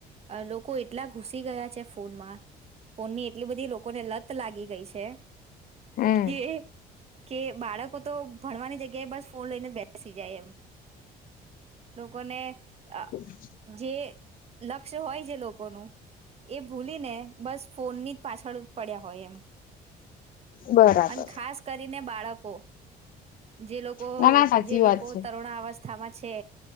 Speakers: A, on the right (about 35°); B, on the left (about 55°).
A: લોકો એટલા ઘુસી ગયા છે. ફોનમાં ફોન ની એટલી બધી લોકોને લત લાગી ગઈ છે.
B: હમ
A: છે. કે કે બાળકો તો ભણવાની જગ્યાએ બસ ફોન લઈને જ બેસી જાય એમ લોકોને
B: <inaudible>
A: અ જે લક્ષ્ય હોય જે લોકોનું એ ભૂલી ને બસ ફોનની જ પાછળ પડ્યા હોય એમ.
B: બરાબર
A: અને ખાસ કરીને ને બાળકો જે લોકો
B: ના ના સાચી
A: જે લોકો
B: વાત છે
A: તરુણા અવસ્થા માં છે